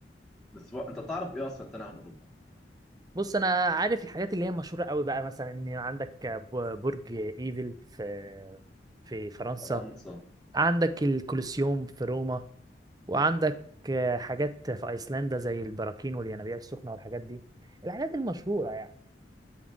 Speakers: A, in the centre; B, on the right.
A: بس هو- انت تعرف ايه اصلا تاني عن اوروبا؟
B: بص أنا عارف الحاجات اللي هي مشهورة قوي بقى مثلا إن عندك ب- برج إيفل في في فرنسا
A: فرنسا
B: عندك الكولوسيوم في روما وعندك آه، حاجات في ايسلندا زي البراكين والينابيع السخنه والحاجات دي الحاجات المشهوره يعني